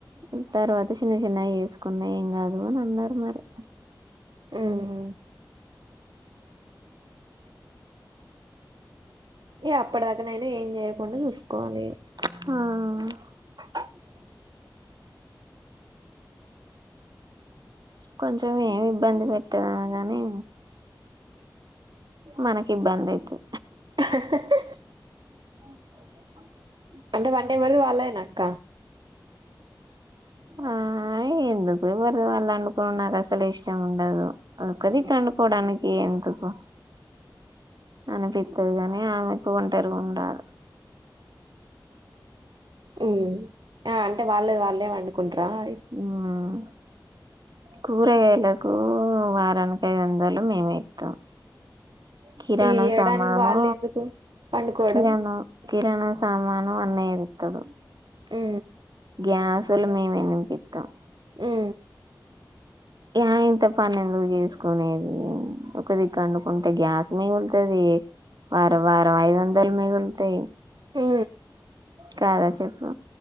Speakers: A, on the right; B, on the right.
A: ఉ తర్వాత చిన్నగా చిన్నగా వేసుకున్నా ఏం కాదు అని అన్నారు మరి
B: ఉహు ఏ అప్పటి దాకానైనా ఏం చేయకుండా చూసుకోవాలి
A: అవు కొంచెం ఏమి ఇబ్బంది పెట్టదు ఆమె గాని మనకి ఇబ్బంది అయితది
B: అహహా
A: ఓకే వంటలు
B: అంటే వంట ఎవ్వలిది వాళ్ళేనక్క
A: ఆ నే ఎందుకు ఎవరిది వాళ్ళు అండుకోవడం నాకు అసలు ఇష్టం ఉండదు ఒక దిక్కు వండుకోవడానికి ఎంద్ అందుకు అనిపిత్తది కాని ఆమెకు ఒంటరి గా ఉండాలే
B: ఉ ఆ అంటే వాళ్ళేది వాళ్ళే వండుకుంటార అయిపు
A: మ్మ్ కూరగాయలకు వారానికి ఐదు వందలు మేమే ఇస్తాం కిరాణం
B: ఈ ఇయ్యడానికి
A: సామాను
B: వాళ్ళు ఎందుకు పండుకోవడం
A: కిరాణం కిరాణం సామాను అన్నయ్య తెస్తాడు
B: ఉ
A: గ్యాస్ లు మేమే నింపిస్తాం
B: ఊ
A: ఇగ అయింతా పని ఎందుకు చేసుకునేది ఒకదిక్కు వండుకుంటే గ్యాస్ మిగులుతది వారం వారం ఐదు వందలు మిగులుతాయి
B: టే
A: కదా చెప్పు